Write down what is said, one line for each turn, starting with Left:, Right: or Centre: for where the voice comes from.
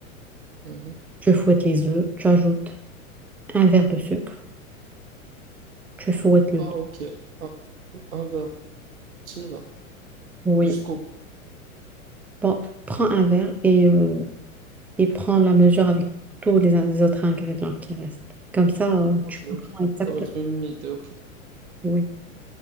Right: Mhm.
Centre: tu fouettes les œufs, tu ajoutes un verre de sucre, tu fouettes le
Right: Ah,
Centre: tout.
Right: ok. Un, un verre, petit verre,
Centre: Oui.
Right: jusqu'au bout.
Centre: Bon, prends un verre et, euh, et prends la mesure avec tous les, in- les autres ingrédients qui restent. Comme ça, euh,
Right: Ok,
Centre: tu
Right: ok.
Centre: comprends exactement.
Right: Ça va être une unité, ok.
Centre: Oui.